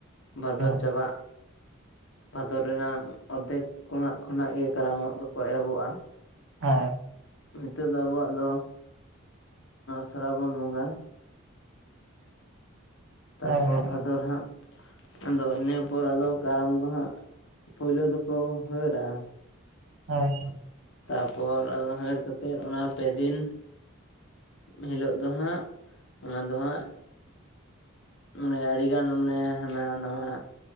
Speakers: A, on the left; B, on the right.
A: ᱵᱷᱟᱫᱚᱨ
B: ᱦᱮᱸ
A: ᱪᱟᱵᱟᱜ ᱵᱷᱟᱫᱚᱨ ᱨᱮᱱᱟᱜ ᱚᱨᱫᱷᱮᱠ ᱠᱚᱱᱟᱜ ᱠᱷᱚᱱᱟᱜ ᱜᱮ ᱠᱟᱨᱟᱢᱚᱜ ᱫᱚᱠᱚ ᱮᱦᱚᱵᱚᱜᱼᱟ ᱾
B: ᱚ
A: ᱱᱤᱛᱚᱜ ᱫᱚ ᱟᱵᱚᱣᱟᱜ ᱫᱚ ᱥᱨᱟᱵᱚᱱ ᱵᱚᱸᱜᱟ ᱛᱟᱯᱚᱨ
B: ᱦᱮᱸ
A: ᱵᱷᱟᱫᱚᱨ ᱦᱟᱸᱜ ᱟᱫᱚ ᱤᱱᱟᱹ ᱯᱚᱨ ᱟᱫᱚ ᱠᱟᱨᱟᱢ ᱫᱚ ᱦᱟᱸᱜ ᱯᱳᱭᱞᱳ ᱫᱚᱠᱚ ᱦᱟᱹᱨᱟ
B: ᱚ
A: ᱛᱟᱯᱚᱨ ᱟᱫᱚ ᱦᱟᱹᱨ ᱠᱟᱛᱮᱫ ᱚᱱᱟ ᱯᱮᱫᱤᱱ ᱦᱤᱞᱳᱜ ᱫᱚ ᱦᱟᱸᱜ ᱚᱱᱟ ᱫᱚ ᱦᱟᱸᱜ ᱢᱟᱱᱮ ᱟᱹᱰᱤᱜᱟᱱ ᱢᱟᱱᱮ ᱦᱟᱱᱟ ᱱᱟᱣᱟ